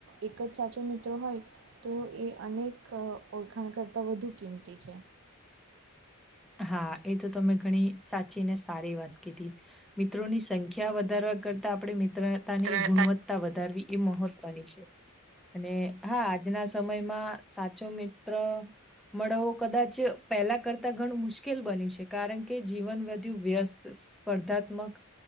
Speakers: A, on the right; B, in the centre.
A: એક જ સાચો મિત્ર હોય તો એ અનેક ઓળખાણ કરતાં વધુ કિંમતી છે
B: હા એ તો તમે ઘણી સાચી ને સારી વાત કીધી મિત્રોની સંખ્યા વધારવા કરતા આપણે મિત્રતાની
A: મિત્રતા
B: ગુણવત્તા વધારવી એ મહત્વની છે અને હા આજના સમયમાં સાચો મિત્ર મળો કદાચ પેલા કરતા ઘણું મુશ્કેલ બન્યું છે કારણ કે જીવન વધુ વ્યસ્ત સ્પર્ધાત્મક